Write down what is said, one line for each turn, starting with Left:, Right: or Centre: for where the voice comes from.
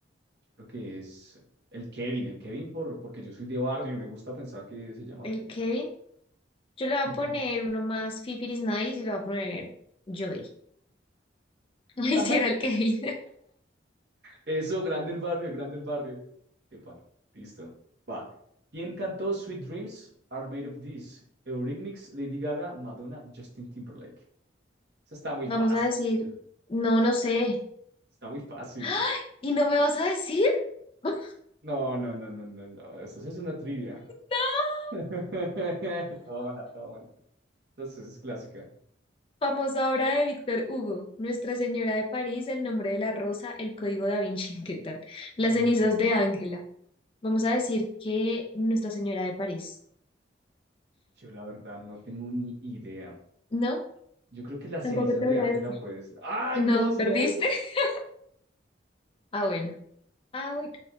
Right: creo que es el Kevin, el Kevin por, porque yo soy de barrio y me gusta pensar que se llama
Left: El
Right: Kevin,
Left: Kevin.
Right: claro.
Left: Yo le voy
Right: <laughs>
Left: a poner uno más Fifiris Nice y le voy a poner Joy. <laughs> No me
Right: Ajá,
Left: hiciera el Kevin.
Right: eso, grande el barrio, grande el barrio. Epa, listo. Va. ¿Quién cantó Sweet Dreams Are Made of This? Eurythmics, Lady Gaga, Madonna, Justin Timberlake. Esa
Left: <laughs>
Right: está muy
Left: Vamos
Right: fácil.
Left: a decir,
Right: chica.
Left: no, no sé.
Right: Está muy fácil.
Left: ¡Ay! ¿Y no me vas a decir? <laughs> ¡Ay,
Right: No, no, no, no, no, no. Eso sí es una trivia.
Left: no!
Right: <laughs> Tómala, tómala. Entonces es clásica.
Left: Famosa obra de Víctor Hugo, Nuestra Señora de París, El nombre de la rosa, El código da Vinci, <laughs> ¿qué tal? Las
Right: Mm,
Left: cenizas de Ángela. Vamos a decir que Nuestra Señora de París.
Right: yo la verdad no tengo ni idea.
Left: No,
Right: Yo creo que las
Left: tampoco
Right: cenizas
Left: te
Right: de
Left: voy
Right: Ángela,
Left: a decir.
Right: pues. ¡Ay,
Left: No,
Right: no! Si
Left: ¿perdiste?
Right: era eso.
Left: <laughs> Ah, bueno. Ah, bueno.